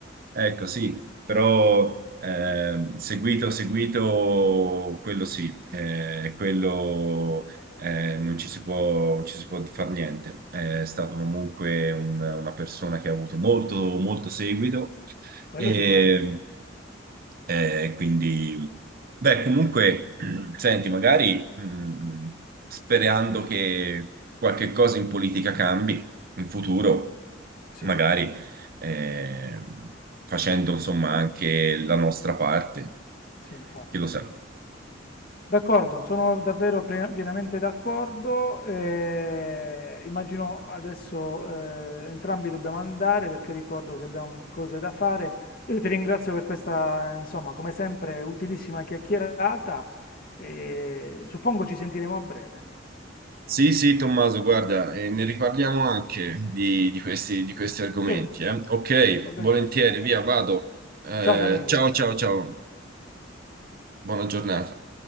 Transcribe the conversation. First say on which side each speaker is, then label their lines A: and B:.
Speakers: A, on the right; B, on the left.
A: Ecco, sì, però ehm, seguito, seguito, quello sì, eh, quello eh, non ci si può, non ci si può far niente. Eh, È stato comunque un- una persona che ha avuto molto, molto seguito
B: Quello
A: e
B: sicuramente.
A: eh, quindi, beh, comunque, <clears throat> senti, magari mh, sperando che qualche cosa in politica cambi in futuro,
B: Sì,
A: magari eh, facendo insomma anche la nostra parte.
B: sì, infatti.
A: Chi lo sa?
B: D'accordo, sono davvero plen- pienamente d'accordo. eh, immagino adesso eh, entrambi dobbiamo andare perché ricordo che abbiamo cose da fare. Io ti ringrazio per questa, insomma, come sempre, utilissima chiacchierata e suppongo ci sentiremo a breve.
A: Sì, sì, Tommaso, guarda, eh, ne riparliamo anche di, di questi, di questi argomenti.
B: Sì,
A: eh. Ok,
B: va bene.
A: volentieri, via, vado. Eh,
B: Ciao Daniele.
A: ciao, ciao, ciao. Buona giornata.